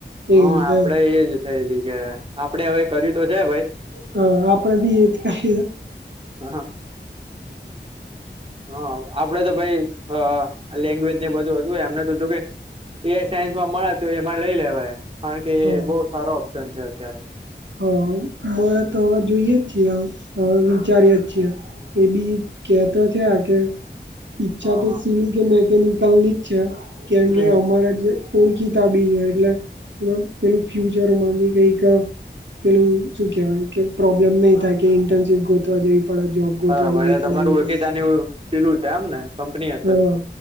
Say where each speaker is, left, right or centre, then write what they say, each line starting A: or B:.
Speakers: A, on the right (about 30°); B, on the right (about 80°).
A: હા
B: એ રીતે
A: આપડે
B: એમ
A: એજ થાય છે કે આપડે હવે કર્યું તો છે ભાઈ
B: હા આપડે બી એ જ કરી.
A: હા હા આપડે તો ભાઈ હા લેંગ્વેજ ને બધું હતું એમને તો જો કે એઆઈ સાયન્સ માં મળે તો એમાં લઈ લેવાય કારણ કે
B: હ
A: એ બહુ સારો ઓપ્શન છે અત્યારે.
B: હ મળે તો હવે જોઈએ જ છીએ, હવે વિચારીએ જ છીએ. એ બી કેતો છે આ કે ઈચ્છા
A: હા
B: તો
A: હા
B: સિવિલ કે મેકેનિકલ ની જ છે કેમ
A: હમ
B: કે અમારે જે ઓળખીતા બી છે એટલે પેલું ફ્યુચર માં બી કઈક પેલું શું કેહેવાય કે પ્રોબ્લેમ નહી થાય કે ઇન્ટર્નશીપ ગોતવા જઈ પડે જોબ ગોતવા
A: બરાબર
B: જવી
A: એટલે
B: પડે
A: તમારું
B: એવું
A: ઓળખીતાની
B: કાંઈ
A: પેલું છે એમ ને કંપની હશે
B: હા.
A: તો